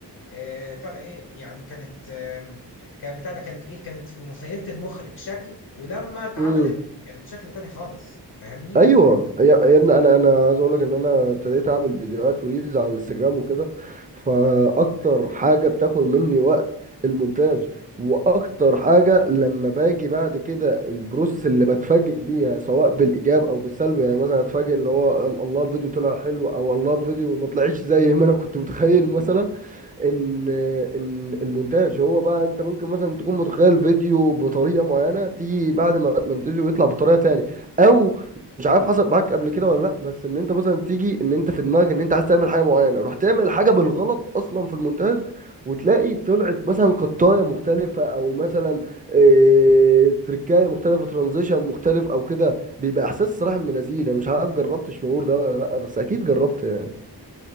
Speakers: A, on the left (about 60°); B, on the right (about 20°).
A: آه، بتاع ده ايه يعني كانت آم، كان بتاع ده كانت ايه كانت في مخيلة المخرج شكل ولما اتعملت
B: امم
A: كانت شكل تاني خالص فاهمني
B: ايوه يا يا ابني انا انا عايز اقول لك ان انا ابتديت اعمل فيديوهات وريلز على الانستجرام وكده فاكتر حاجه بتاخد مني وقت المونتاج واكتر حاجه لما باجي بعد كده البروسيس اللي بتفاجئ بيها سواء بالايجاب او بالسلب يعني مثلا اتفاجئ ان هو ال- الله الفيديو طلع حلو او الله الفيديو ما طلعش زي ما انا كنت متخيل مثلا ان ان المونتاج هو بقى انت ممكن مثلا تكون متخيل فيديو بطريقه معينه تيجي بعد ما منتجه ويطلع بطريقه تاني او مش عارف حصل معاك قبل كده ولا لا بس ان انت مثلا تيجي ان انت في دماغك ان انت عايز تعمل حاجه معينه رحت تعمل حاجه بالغلط اصلا في المونتاج وتلاقي طلعت مثلا قطايه مختلفه او مثلا إيه تركايه مختلفه ترانزيشن مختلف او كده بيبقى احساس صراحه من لذيذ مش عارف جربت الشعور ده ولا لا بس اكيد جربت يعني